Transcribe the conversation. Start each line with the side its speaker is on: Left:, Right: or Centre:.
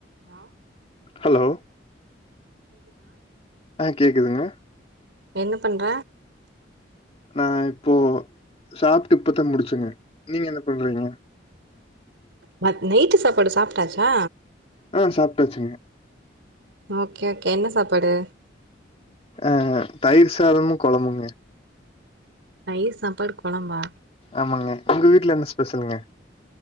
Right: நா
Left: ஹலோ ஆ கேக்குதுங்க
Right: என்ன பண்ற
Left: நா இப்போ சாப்ட்டு இப்பதா முடிச்செங்க நீங்க என்ன பண்றீங்க
Right: மத் நைட்டு சாப்பாடு சாப்ட்டாச்சா
Left: அ சாப்ட்டாச்சுங்க
Right: ஓகே ஓகே என்ன சாப்பாடு
Left: அ தயிர் சாதமு கொழம்புங்க
Right: தயிர் சாப்பாடு கொழம்பா
Left: ஆமாங்க உங்க வீட்ல என்ன ஸ்பெஷலுங்க